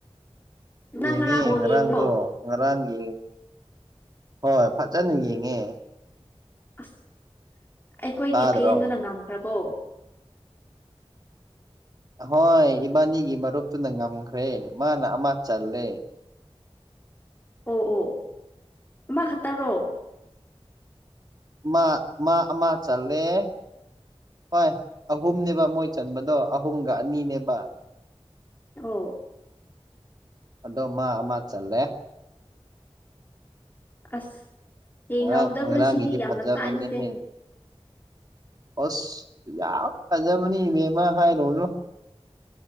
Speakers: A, on the left; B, on the right.
A: ꯅꯪ
B: ꯌꯦꯡꯉꯦ
A: ꯉꯔꯥꯡ ꯕꯣꯜ
B: ꯉꯔꯥꯡꯗꯣ
A: ꯌꯦꯡꯕ꯭ꯔꯣ
B: ꯉꯔꯥꯡ ꯌꯦꯡꯉ ꯍꯣꯏ ꯐꯖꯅ ꯌꯦꯡꯉꯦ꯫
A: ꯑꯁ ꯑꯩꯈꯣꯏꯒꯤ
B: ꯇꯥꯗ꯭ꯔꯣ
A: ꯐꯦꯟꯗꯨꯅ ꯉꯝꯈ꯭ꯔꯕꯣ꯫
B: ꯍꯣꯏ ꯏꯕꯥꯅꯤꯒꯤ ꯃꯔꯨꯞꯇꯨꯅ ꯉꯝꯈ꯭ꯔꯦ ꯃꯥꯅ ꯑꯃ ꯆꯜꯂꯦ꯫
A: ꯑꯣ ꯑꯣ ꯑꯃ ꯈꯇꯥꯔꯣ꯫
B: ꯃꯥ ꯃꯥ ꯑꯃ ꯆꯜꯂꯦ꯫ ꯍꯣꯏ ꯑꯍꯨꯝꯅꯦꯕ ꯃꯣꯏ ꯆꯟꯕꯗꯣ ꯑꯍꯨꯝꯒ ꯑꯅꯤꯅꯦꯕ꯫
A: ꯊꯣ
B: ꯑꯗꯣ ꯃꯥ ꯑꯃ ꯆꯜꯂꯦ꯫
A: ꯑꯁ ꯌꯦꯡꯍꯧꯗꯕꯁꯤꯅꯤ
B: ꯉꯔꯥꯡ ꯉꯔꯥꯡꯒꯤꯗꯤ
A: ꯌꯥꯝꯅ
B: ꯐꯖꯕꯅꯦꯍꯦ
A: ꯆꯥꯛꯏꯁꯦ꯫
B: ꯑꯁ ꯌꯥꯝ ꯐꯖꯕꯅꯤ ꯃꯦꯃ ꯍꯥꯏ ꯔꯣꯅꯨ